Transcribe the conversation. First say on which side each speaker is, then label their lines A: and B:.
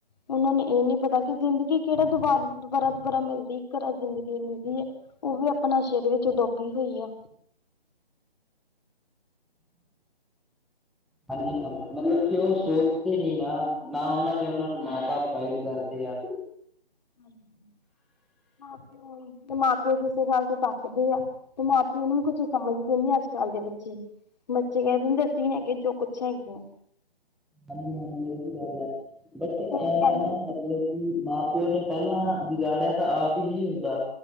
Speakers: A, on the left; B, in the centre.
A: ਉਹਨਾਂ ਨੂੰ ਇਹ ਨੀ ਪਤਾ, ਕਿ ਜ਼ਿੰਦਗੀ ਕਿਹੜਾ ਦੁਬਾਰਾ ਦੁਬਾਰਾ ਦੁਬਾਰਾ ਮਿਲਦੀ ਇਕ ਵਾਰ ਜ਼ਿੰਦਗੀ ਮਿਲਦੀ ਹੈ, ਉਹ ਵੀ ਆਪਣਾ, ਨਸ਼ੇਰ ਵਿੱਚ ਡੁਬੀ ਹੋਈ ਹੈ
B: ਹਾਂਜੀ ਹਾਂ, ਮਤਲਬ ਕਿ ਉਹ ਸੋਚਦੇ ਨੀ ਨਾ ਨਾ ਉਹਨਾਂ ਦੇ, ਉਹਨਾਂ ਨੂੰ ਮਾਂ ਬਾਪ ਗਾਈਡ ਕਰਦੇ ਆ
A: ਹਾਂਜੀ ਹਾਂ ਤੇ ਉਹ ਤੇ ਮਾਂ ਪਿਓ ਕਿਸੇ ਗੱਲ ਤੋਂ ਡੱਕਦੇ ਆ, ਤੇ ਮਾਂ ਪਿਓਨ ਨੂੰ ਵੀ ਕੁੱਛ ਸਮਝਦੇ ਨੀ ਅੱਜ ਕੱਲ ਦੇ ਬੱਚੇ ਬੱਚੇ ਕਹਿ ਦੇਂਦੇ, ਅਸੀ ਹੈਗੇ, ਜੋ ਕੁੱਛ ਹੈਗੇ ਆਂ
B: ਹਾਂਜੀ ਹਾਂਜੀ, ਉਹੀ ਗੱਲ ਹੈ, ਬਟ ਇਹ
A: ਤੇ ਕਹਿੰਦੇ
B: ਨਾ ਮਤਲਬ ਮਾਂ ਪਿਓ ਨੇ ਪਹਿਲਾਂ ਵਿਗਾੜਿਆ ਤਾਂ ਆਪ ਹੀ ਹੁੰਦਾ,